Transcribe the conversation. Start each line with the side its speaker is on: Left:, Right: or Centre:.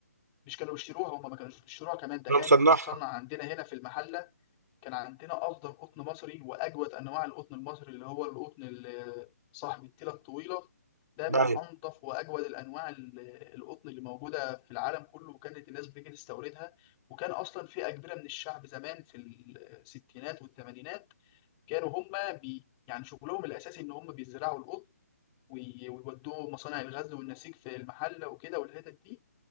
Left: مش كانوا بيشتروها هم ما كانوش بيشتروها كمان ده
Right: انا
Left: كانت
Right: مصنعها
Left: بتتصنع عندنا هنا في المحل كان عندنا افضل قطن مصري واجود انواع القطن المصري اللي هو القطن ال- صاحب التيله الطويله ده من
Right: ايوه
Left: انظف واجود الانواع ال- القطن اللي موجوده في العالم كله وكانت الناس بتيجي تستوردها وكان اصلا في اجبره من الشعب زمان في الستينات والثمانينات كانوا هم بي يعني شغلهم الاساسي ان هم بيزرعوا القطن وي- ويودوه مصانع الغزل والنسيج في المحله وكده والحتت دي